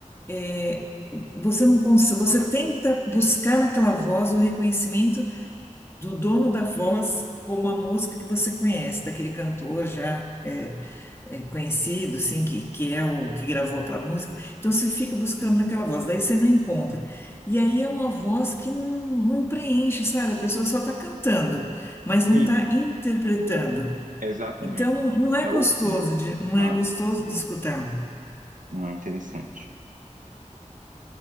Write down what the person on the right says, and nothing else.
Sim,
exatamente.
É oco,
né?
Não,
não
é, não é interessante.